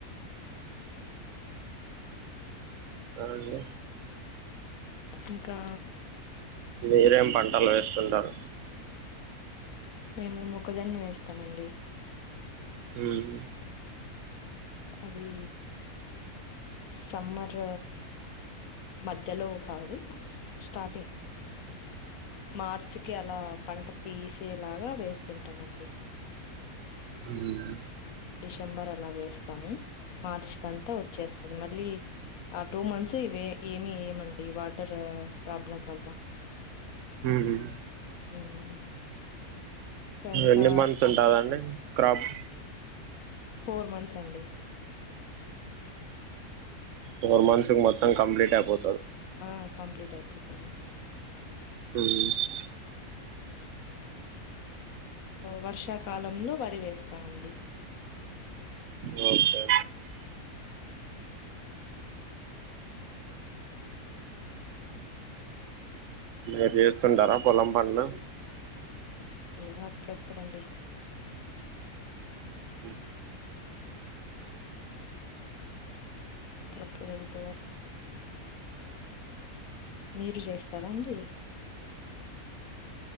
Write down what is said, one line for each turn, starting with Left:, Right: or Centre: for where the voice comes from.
Right: అవునండి,
Left: ఇంకా
Right: మీరేం పంటలు వేస్తుంటరు
Left: మేము మొక్కజొన్న వేస్తమండి
Right: ఉమ్
Left: అదీ సమ్మర్ మధ్యలో కాదు స్ స్టార్టింగ్ ఇ మార్చికిి అలా పంట తీసేలాగా వేస్తుంటమండి
Right: ఉమ్
Left: డిసెంబర్ అలా వేస్తాము మార్చ్ కంతా వచ్చేస్తది మళ్ళీ ఆ టూ మంత్స్ ఇవే ఏమి ఏమండి వాటర్ ప్రాబ్లం వల్ల
Right: ఉమ్
Left: హ్మ్. ఇంకా
Right: ఎన్ని మంత్స్ ఉంటాదండి క్రాప్
Left: ఫోర్ మంత్స్ అండి
Right: ఫోర్ మంత్స్ మోత్తాం కంప్లీట్ అయిపో
Left: ఆ కంప్లీట్ అయిపోతదండి
Right: ఉమ్
Left: వర్షాకాలంలో వరి వేస్తామండి
Right: ఒకే మీరు చేస్తుంటార పొలం పండ్లు
Left: ఏదో అప్పుడపుడండి
Right: ఉ
Left: అప్పు వెళ్త మీరు చేస్తారా అండి